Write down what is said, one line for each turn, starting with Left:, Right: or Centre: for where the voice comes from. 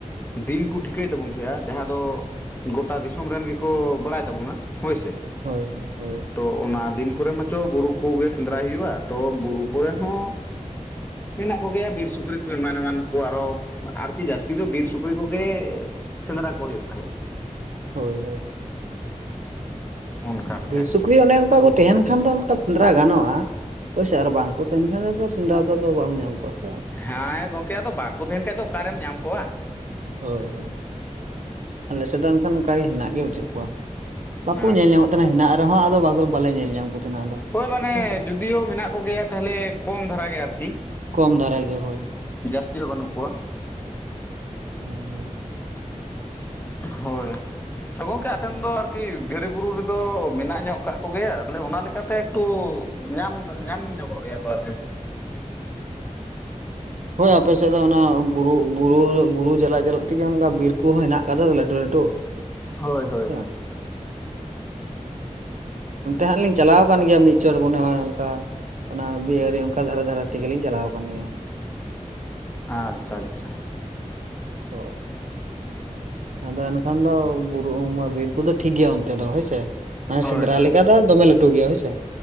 Left: ᱫᱤᱱ ᱠᱚ ᱴᱷᱤᱠᱟᱹᱭ ᱛᱟᱵᱚᱱ ᱛᱟᱦᱮᱸᱜᱼᱟ ᱡᱟᱦᱟᱸ ᱫᱚ ᱜᱚᱴᱟ ᱫᱤᱥᱚᱢ ᱨᱮᱱ ᱜᱮᱠᱚ ᱵᱟᱲᱟᱭ ᱛᱟᱵᱚᱱᱟ ᱦᱳᱭ ᱥᱮ
Right: ᱦᱳᱭ ᱦᱳᱭ ᱾
Left: ᱛᱚ ᱚᱱᱟ ᱫᱤᱱ ᱠᱚᱨᱮ ᱢᱟᱪᱚ ᱵᱩᱨᱩ ᱠᱚᱜᱮ ᱥᱮᱸᱫᱽᱨᱟᱭ ᱦᱩᱭᱩᱜᱼᱟ ᱛᱚ ᱵᱩᱨᱩ ᱠᱚᱨᱮ ᱦᱚᱸ ᱢᱮᱱᱟᱜ ᱠᱚ ᱜᱮᱭᱟ ᱵᱤᱨ ᱥᱩᱠᱨᱤ ᱠᱚ ᱮᱢᱟᱱ ᱮᱢᱟᱱ ᱠᱚ ᱟᱨᱚ ᱟᱨᱠᱤ ᱡᱟᱹᱥᱛᱤ ᱫᱚ ᱵᱤᱨ ᱥᱩᱠᱨᱤ ᱠᱚᱜᱮ ᱥᱮᱸᱫᱽᱨᱟ ᱠᱚ ᱦᱩᱭᱩᱜ ᱛᱟᱦᱮᱸᱫᱼᱟ ᱾
Right: ᱦᱳᱭ ᱦᱳᱭ ᱾
Left: ᱚᱱᱠᱟ ᱞᱮᱠᱟ
Right: ᱵᱤᱨᱼᱥᱩᱠᱨᱤ
Left: ᱜᱮ
Right: ᱚᱱᱮ ᱚᱱᱠᱟ ᱠᱚ ᱛᱮᱦᱮᱱ ᱠᱷᱟᱱ ᱫᱚ ᱚᱱᱠᱟ ᱥᱮᱸᱫᱽᱨᱟ ᱜᱟᱱᱚᱜᱼᱟ ᱦᱳᱭ ᱥᱮ ᱟᱨ ᱵᱟᱝ ᱠᱚ ᱮᱱᱠᱷᱟᱱ ᱨᱮᱦᱚ ᱥᱮᱸᱫᱽᱨᱟ ᱛᱚ ᱟᱫᱚ ᱵᱟᱢ ᱧᱟᱢ ᱠᱚᱣᱟ ᱥᱮ
Left: ᱦᱮᱸ ᱜᱚᱢᱠᱮ ᱟᱫᱚ ᱵᱟᱠᱚ ᱛᱟᱦᱮᱱ ᱠᱷᱟᱡ ᱫᱚ ᱚᱠᱟᱨᱮᱢ ᱧᱟᱢ ᱠᱚᱣᱟ?
Right: ᱦᱳᱭ ᱦᱳᱭ ᱟᱞᱮ ᱥᱮᱫ ᱫᱚ ᱮᱱᱠᱷᱟᱱ ᱚᱱᱠᱟ ᱜᱮ ᱦᱮᱱᱟᱜ ᱜᱮ ᱵᱟᱪᱩᱜ ᱠᱚᱣᱟ᱾ ᱵᱟᱠᱚ
Left: ᱟᱪᱪᱷᱟ
Right: ᱧᱮᱞ ᱧᱟᱢᱚᱜ ᱛᱟᱦᱮᱱᱟ ᱦᱮᱱᱟᱜ ᱨᱮᱦᱚᱸ ᱟᱫᱚ ᱵᱟ ᱵᱟᱞᱮ ᱧᱮᱞ ᱧᱟᱢ ᱠᱚ ᱛᱟᱦᱮᱱᱟ ᱟᱫᱚ᱾
Left: ᱦᱳᱭ ᱢᱟᱱᱮ,
Right: ᱦᱮᱸᱥᱮ
Left: ᱡᱩᱫᱤᱭᱳ ᱢᱮᱱᱟᱜ ᱠᱚᱜᱮᱭᱟ ᱛᱟᱦᱚᱞᱮ ᱠᱚᱢ ᱫᱷᱟᱨᱟ ᱜᱮ ᱟᱨᱠᱤ᱾
Right: ᱠᱚᱢ ᱫᱷᱟᱨᱟ ᱜᱮ ᱦᱳᱭ᱾
Left: ᱡᱟᱹᱥᱛᱤ ᱫᱚ ᱵᱟᱹᱱᱩᱜ ᱠᱚᱣᱟ᱾
Right: <unintelligible>
Left: ᱦᱳᱭ ᱟ ᱜᱚᱝᱠᱮ ᱟᱥᱮᱱ ᱫᱚ ᱟᱨᱠᱤ ᱫᱷᱟᱹᱨᱤ ᱵᱩᱨᱩ ᱨᱮᱫᱚ ᱢᱮᱱᱟᱜ ᱧᱚᱜ ᱠᱟᱜ ᱠᱚᱜᱮᱭᱟ ᱛᱟᱦᱚᱞᱮ ᱚᱱᱟ ᱞᱮᱠ ᱪᱤᱠᱟᱛᱮ ᱮᱠᱴᱩ ᱧᱟᱢ ᱧᱟᱢ ᱧᱚᱜᱚᱜ ᱜᱮᱭᱟ ᱠᱚ ᱟᱨ ᱪᱮᱫ ᱞᱮᱠᱟ
Right: <inaudible>
Left: ᱾
Right: ᱦᱳᱭ ᱟᱯᱮ ᱥᱮᱫ ᱫᱚ ᱚᱱᱟ ᱵᱩᱨᱩ ᱵᱩᱨᱩ ᱵᱩᱨᱩ ᱡᱟᱞᱟᱛ ᱡᱟᱞᱟᱛ ᱛᱮᱜᱮ ᱚᱱᱠᱟ ᱵᱤᱨ ᱠᱚᱦᱚᱸ ᱦᱮᱱᱟᱜ ᱟᱠᱟᱫᱟ ᱞᱟᱹᱴᱩ ᱞᱟᱹᱴᱩ᱾
Left: ᱦᱳᱭ ᱦᱳᱭ
Right: ᱥᱮ
Left: ᱦᱳᱭ᱾
Right: ᱵᱟᱝ ᱚᱱᱛᱮ ᱦᱟᱸᱜ ᱞᱤᱧ ᱪᱟᱞᱟᱣ ᱟᱠᱟᱱ ᱜᱮᱭᱟ ᱢᱤᱫ ᱪᱟᱹᱲ ᱢᱚᱱᱮ ᱦᱚᱭ ᱚᱱᱠᱟ᱾ ᱚᱱᱟ ᱵᱤᱦᱟᱹᱨᱤ ᱚᱱᱠᱟ ᱫᱷᱟᱨᱮ ᱫᱷᱟᱨᱮ ᱛᱮᱜᱮᱞᱤᱧ ᱪᱟᱞᱟᱣ ᱟᱠᱟᱱ ᱜᱮᱭᱟ᱾
Left: ᱟᱪᱪᱷᱟ ᱟᱪᱪᱷᱟ᱾
Right: ᱦᱳᱭ ᱟᱫᱚ ᱮᱱᱠᱷᱟᱱ ᱫᱚ ᱵᱩᱨᱩ ᱚᱢᱵᱟ ᱵᱤᱨ ᱠᱚᱫᱚ ᱴᱷᱤᱠ ᱜᱮᱭᱟ ᱚᱱᱛᱮ ᱫᱚ ᱦᱳᱭ ᱥᱮ᱾ ᱢᱟᱱᱮ
Left: ᱦᱳᱭ
Right: ᱥᱮᱸᱫᱽᱨᱟ
Left: ᱦᱳᱭ
Right: ᱞᱮᱠᱟ ᱫᱚ ᱫᱚᱢᱮ ᱞᱟᱹᱴᱩ ᱜᱮᱭᱟ ᱦᱳᱭᱥᱮ᱾